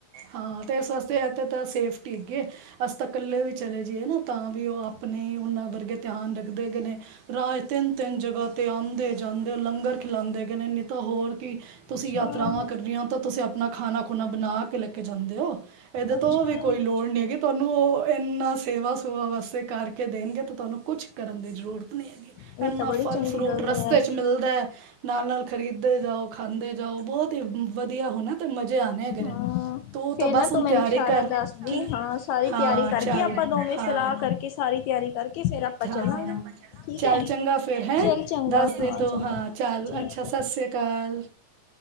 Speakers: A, on the right (about 70°); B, on the left (about 80°).
A: ਹਾਂ ਇਸ ਵਾਸਤੇ ਇਥ ਤਾਂ ਸੇਫਟੀ ਹੈਗੀਏ। ਅਸੀਂ ਤਾਂ ਕੱਲੇ ਵੀ ਚਲੇ ਜਾਈਏ ਨਾ ਤਾਂ ਵੀ ਉਹ ਆਪਣੇ ਉਹਨਾਂ ਵਰਗੇ ਧਿਆਨ ਰੱਖਦੇ ਹੈਗੇ ਨੇ। ਰਾਹ ਇਚ ਤਿੰਨ -ਤਿੰਨ ਜਗ੍ਹਾ ਤੇ ਆਉਂਦੇ- ਜਾਂਦੇ ਲੰਗਰ ਖਿਲਾਂਉਂਦੇ ਹੈਗੇ ਨੇ ਨਹੀਂ ਤਾਂ ਹੋਰ ਕੀ। ਤੁਸੀਂ
B: ਅੱਛਾ
A: ਯਾਤਰਾਵਾਂ ਕਰਨੀਆਂ ਤਾਂ ਤੁਸੀਂ ਆਪਣਾ ਖਾਣਾ- ਖੁਣਾ ਬਣਾ ਕ ਕੇ ਜਾਂਦੇ ਹੋ। ਇਹਦੇ
B: ਅੱਛਾ
A: ਤੋਂ ਵੀ ਕੋਈ ਲੋੜ ਨਹੀਂ ਹੈਗੀ। ਤੁਹਾਨੂੰ ਉਹ ਇਨਾਂ ਸੇਵਾ- ਸੇਵਾ ਵਾਸਤੇ ਕਰਕੇ ਦੇਣਗੇ ਤਾਂ ਤੁਹਾਨੂੰ ਕੁਛ ਕਰਨ ਦੀ ਜ਼ਰੂਰਤ ਨਹੀਂ ਹੈਗੀ।
B: ਇਹ
A: ਇੰਨਾ
B: ਤਾਂ ਬੜੀ
A: ਫਲ
B: ਚੰਗੀ
A: -ਫਰੂਟ
B: ਗੱਲ
A: ਰਸਤੇ
B: ਹੈ ਯਾਰ
A: 'ਚ ਮਿਲਦਾ ਹੈ। ਨਾਲ- ਨਾਲ ਖਰੀਦੇ ਜਾਓ, ਖਾਂਦੇ ਜਾਓ, ਬਹੁਤ ਹੀ ਵਧੀਆ। ਅਤੇ ਮਜ਼ੇ ਆਉਣੇ ਹੈਗੇ ਨੇ
B: ਹਾਂ।
A: ਤੂੰ ਤਾਂ
B: ਫੇਰ
A: ਬਸ
B: ਨਾ ਤੂੰ
A: ਹੁਣ
B: ਮੈਨੂੰ
A: ਤਿਆਰੀ
B: ਸਾਰਾ
A: ਕਰ
B: ਦੱਸਦੀ।
A: ਠੀਕ
B: ਹਾਂ, ਸਾਰੀ
A: ਹਾਂ
B: ਤਿਆਰੀ ਕਰਕੇ
A: ਚੱਲ
B: ਆਪਾਂ ਦੋਵੇਂ
A: ਹਾਂ
B: ਸਲਾਹ ਕਰਕੇ, ਸਾਰੀ ਤਿਆਰੀ ਫੇਰ ਆਪਾਂ ਚੱਲਾਂਗੇ
A: ਹਾਂ।
B: ਠੀਕ
A: ਚੱਲ
B: ਹੈ
A: ਚੰਗਾ ਫੇਰ ਹੈ।
B: ਚੱਲ ਚੰਗਾ
A: ਦੱਸ ਦੇ ਤੂ,
B: ਚੰਗਾ
A: ਹਾਂ ਚੱਲ
B: ਠੀਕ
A: ਅੱਛਾ ਸਤਿ
B: ਹੈ
A: ਸ੍ਰੀ ਕਾਲ।